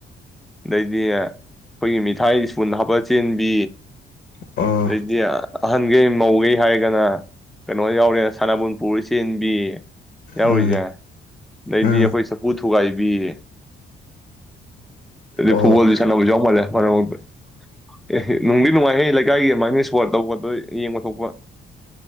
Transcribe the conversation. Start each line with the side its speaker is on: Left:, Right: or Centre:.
Centre: ꯑꯗꯩꯗꯤ ꯑꯩꯈꯣꯏꯒꯤ ꯃꯤꯊꯥꯏ ꯏꯁꯄꯨꯟ ꯍꯥꯞꯄ ꯆꯦꯟꯕꯤ
Left: ꯑꯣ
Centre: ꯗꯩꯗꯤ ꯑꯍꯟꯈꯩ ꯃꯧꯈꯩ ꯍꯥꯏꯔꯒꯅ ꯀꯩꯅꯣ ꯌꯥꯎꯔꯦ ꯁꯅꯥꯕꯨꯟ ꯄꯨꯔ ꯆꯦꯟꯕꯤ ꯌꯥꯎꯖ
Left: ꯎꯝ
Centre: ꯂꯩꯗꯤꯣꯏ
Left: ꯎꯝ
Centre: ꯁꯄꯨ ꯊꯨꯒꯥꯏꯕꯤꯌꯦ
Left: ꯑꯣ
Centre: ꯐꯨꯠꯕꯜꯗꯤ ꯁꯥꯟꯅꯕꯁꯨꯎ ꯐꯂꯦ ꯐ ꯑꯦ ꯅꯨꯡꯉꯥꯏꯍꯩ ꯂꯩꯀꯥꯏꯒꯤ ꯑꯗꯨꯃꯥꯏꯅ ꯏꯁꯄꯣꯔꯠ ꯇꯧꯕꯗ ꯌꯦꯡꯕ ꯊꯣꯛꯄ